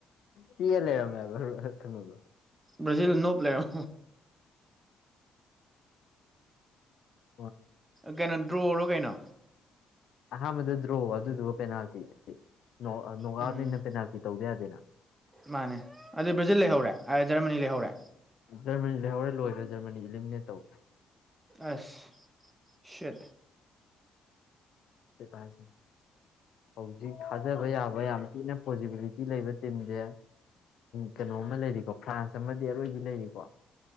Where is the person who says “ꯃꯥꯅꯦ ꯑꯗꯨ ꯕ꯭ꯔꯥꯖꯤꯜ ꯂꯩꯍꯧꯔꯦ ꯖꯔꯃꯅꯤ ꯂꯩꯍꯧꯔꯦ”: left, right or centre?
Right